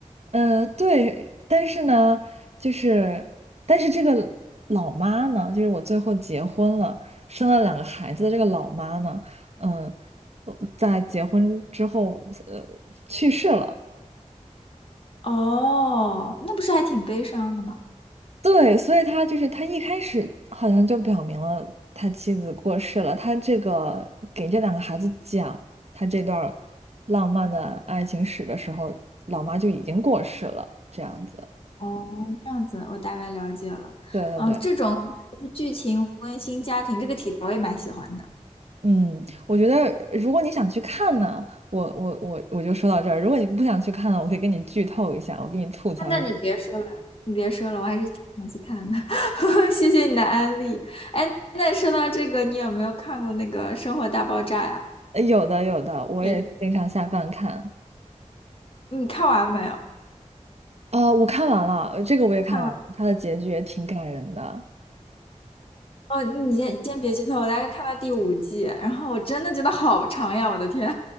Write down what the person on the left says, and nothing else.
哦，那不是还挺悲伤的吗？
哦，这样子，我大概了解了。
嗯，这种就是剧情温馨家庭这个题，我也蛮喜欢的。
啊那你别说了，你别说了，我还是挺想去看的。<laughs> 谢谢你的安利。哎，那说到这个，你有没有看过那个《生活大爆炸》呀？
也，你看完没有？
看完
哦，那你先你先别剧透，我大概看到第五季，然后我真的觉得好长呀，我的天。